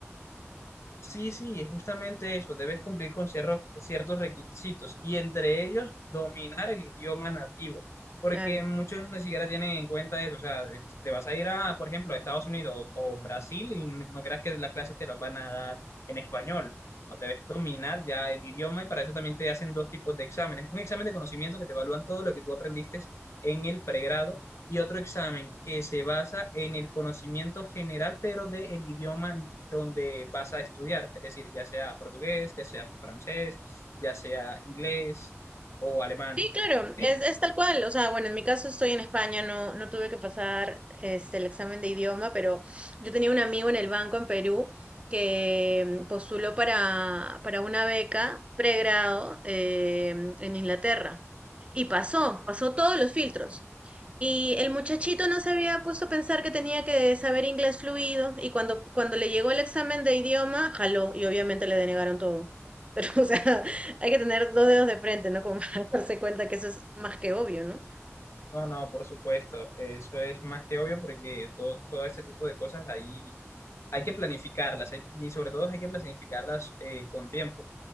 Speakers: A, on the left (about 65°); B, on the right (about 25°).
A: Sí, sí, es justamente eso. Debes cumplir con cierro- ciertos requisitos y entre ellos dominar el idioma nativo, porque
B: Claro.
A: muchos ni siquiera tienen en cuenta eso. O sea, de- te vas a ir a, por ejemplo, a Estados Unidos o o Brasil y no creas que las clases te las van a dar en español. No, debes dominar ya el idioma y para eso también te hacen dos tipos de exámenes. Un examen de conocimiento que te evalúan todo lo que tú aprendiste en el pregrado y otro examen que se basa en el conocimiento general, pero del idioma donde vas a estudiar, es decir, ya sea portugués, ya sea francés, ya sea inglés o alemán.
B: Sí, claro,
A: ¿Sí?
B: es, es tal cual. O sea, bueno, en mi caso estoy en España, no, no tuve que pasar este, el examen de idioma, pero yo tenía un amigo en el banco en Perú que mm, postuló para, para una beca pregrado eh, en Inglaterra y pasó, pasó todos los filtros. Y el muchachito no se había puesto a pensar que tenía que saber inglés fluido y cuando, cuando le llegó el examen de idioma, jaló y obviamente le denegaron todo. <laughs> Pero, o sea, hay que tener dos dedos de frente, ¿no? Como darse cuenta que eso es más que obvio, ¿no?
A: No, no, por supuesto, eso es más que obvio porque todo, todo este tipo de cosas ahí hay que planificarlas hay- y sobre todo hay que planificarlas eh, con tiempo.